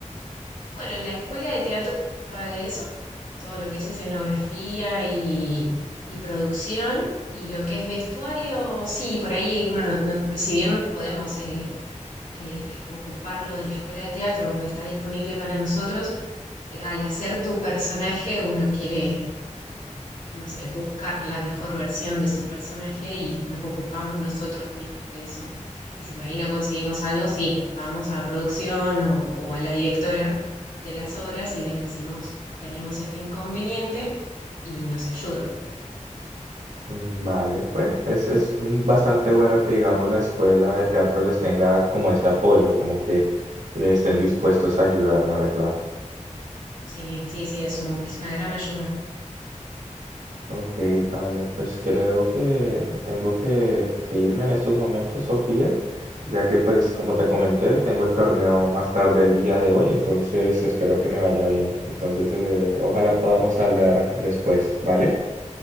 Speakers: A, on the left; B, on the right.
A: Bueno, en la escuela de teatro se ocupa de eso, todo lo que es escenografía y, y producción, y lo que es vestuario, sí, por ahí uno, no- no- si bien nos podemos eh, eh, ocupar lo de la escuela de teatro, está disponible para nosotros, eh, al hacer tu personaje uno quiere no sé, buscar la mejor versión de su personaje y nos ocupamos nosotros mismos de eso. Y si por ahí no conseguimos algo, sí, vamos a producción o, o a la directora de las obras y les decimos, tenemos este inconveniente y nos ayudan.
B: Mm, Vale, pues es, es bastante bueno que digamos la escuela de teatro les tenga como ese apoyo, como que le estén dispuestos a ayudar, la verdad.
A: Sí, sí, sí, es un, es una gran ayuda.
B: Ok, vale, pues creo que tengo que, que irme en estos momentos, Sofía, ya que pues como te comenté, tengo el torneo más tarde el día de hoy, entonces espero que me vaya bien. Entonces, eh, ojalá
A: Bueno,
B: podamos hablar después, ¿vale?